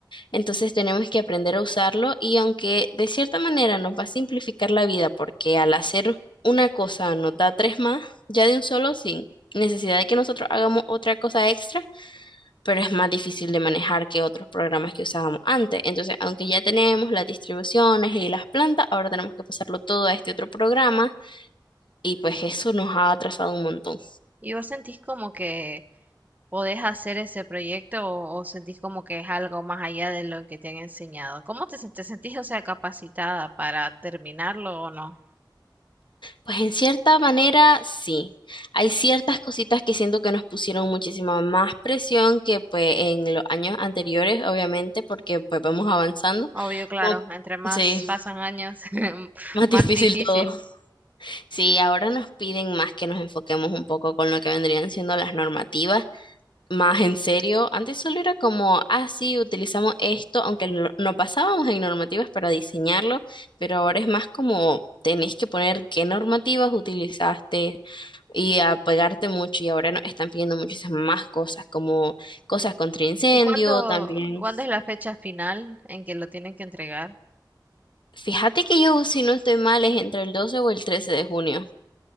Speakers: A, on the left; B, on the right.
A: Entonces tenemos que aprender a usarlo y aunque de cierta manera nos va a simplificar la vida porque al hacer una cosa nos da tres más, ya de un solo sin necesidad de que nosotros hagamos otra cosa extra, pero es más difícil de manejar que otros programas que usábamos antes. Entonces, aunque ya tenemos las distribuciones y las plantas, ahora tenemos que pasarlo todo a este otro programa y pues eso nos ha atrasado un montón.
B: Y vos sentís como que podés hacer ese proyecto o, o sentís como que es algo más allá de lo que te han enseñado? ¿Cómo te, sen- te sentís, o sea, capacitada para terminarlo o no?
A: Pues en cierta manera, sí. Hay ciertas cositas que siento que nos pusieron muchísima más presión que pues en los años anteriores, obviamente, porque pues vamos avanzando.
B: Obvio, claro,
A: Como-
B: entre más
A: sí,
B: pasan
A: <laughs>
B: años, <laughs>
A: más
B: más
A: difícil
B: difícil.
A: todo. Sí, ahora nos piden más que nos enfoquemos un poco con lo que vendrían siendo las normativas más en serio. Antes solo era como, ah, sí, utilizamos esto, aunque no, no pasábamos en normativas para diseñarlo, pero ahora es más como tenés que poner qué normativas utilizaste y apegarte mucho. Y ahora nos están pidiendo muchísimas más cosas, como cosas contra incendio
B: ¿Y cuándo,
A: también.
B: cuándo es la fecha final en que lo tienen que entregar?
A: Fíjate que yo, si no estoy mal, es entre el 12 o el 13 de junio.